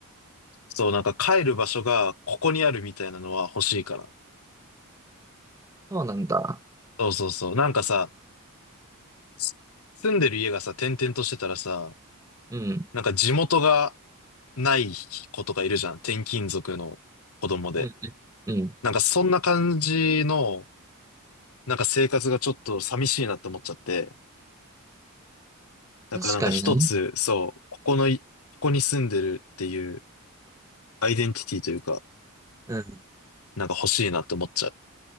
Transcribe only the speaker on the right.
そうなんだ。
うん。
うん、うん。うん
確かにな。
うん。